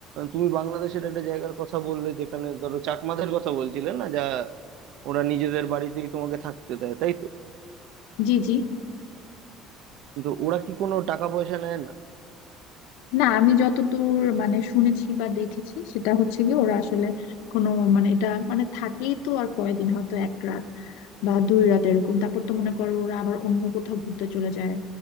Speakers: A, on the right (about 65°); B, on the left (about 85°).
A: তুমি বাংলাদেশের একটা জায়গার কথা বললে যেখানে ধরো চাকমাদের কথা বলছিলে না যা ওরা নিজেদের বাড়িতেই তোমাকে থাকতে দেয় তাই তো
B: জি জি
A: কিন্তু ওরা কি কোনো টাকা পয়সা নেয় না
B: না আমি যতদূর মানে শুনেছি বা দেখেছি সেটা হচ্ছে কি ওরা আসলে কোনো মানে এটা মানে থাকেই তো আর কয়দিন হয়তো এক রাত বা দুই রাত এরকম তারপর তো মনে করো ওরা আবার অন্য কোথাও ঘুরতে চলে যায়